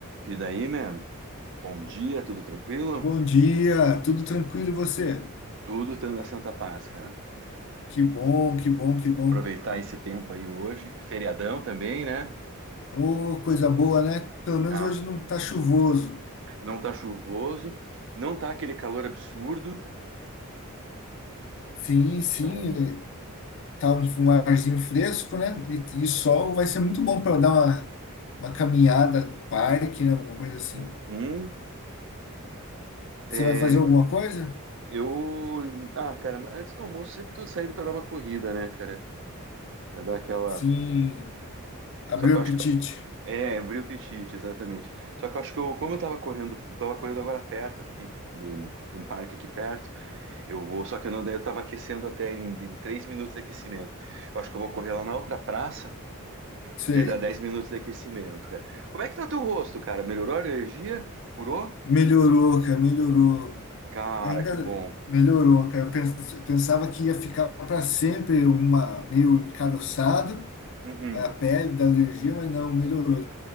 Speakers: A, on the right (about 55°); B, on the left (about 55°).
A: E daí, man? Bom dia, tudo tranquilo?
B: Bom dia, tudo tranquilo e você?
A: Tudo tendo a Santa Paz, cara.
B: Que bom, que bom, que bom.
A: Aproveitar esse tempo aí hoje. Feriadão também, né?
B: Ô, coisa boa, né? Pelo menos
A: Tá.
B: hoje não tá chuvoso.
A: Não tá chuvoso, não tá aquele calor absurdo.
B: Sim, sim,
A: Então,
B: é, tá um, um arzinho fresco, né? E, e sol vai ser muito bom para dar uma, uma caminhada no parque, né? Alguma coisa assim.
A: uhum. É,
B: Você vai fazer alguma coisa?
A: eu. Ah, cara, mas antes do almoço sempre tô saindo pra dar uma corrida, né, cara? Pra dar aquela.
B: Sim, abriu
A: Só que
B: o
A: eu
B: apetite.
A: acho que. eu- É, abri o apetite, exatamente. Só que eu acho que eu, como eu tava correndo, eu tava correndo agora perto aqui, do... de um parque aqui perto. Eu vou, só que eu não, daí eu tava aquecendo até em, em 3 minutos de aquecimento. Eu acho que eu vou correr lá na outra praça,
B: Sei.
A: e daí dá 10 minutos de aquecimento, cara. Como é que tá teu rosto, cara? Melhorou a alergia? Curou?
B: Melhorou, cara, melhorou.
A: Cara,
B: Ainda
A: que bom.
B: melhorou, cara. Eu pens- pensava que ia ficar para sempre uma meio encaroçado.
A: Uhum.
B: a pele da alergia, mas não, melhorou.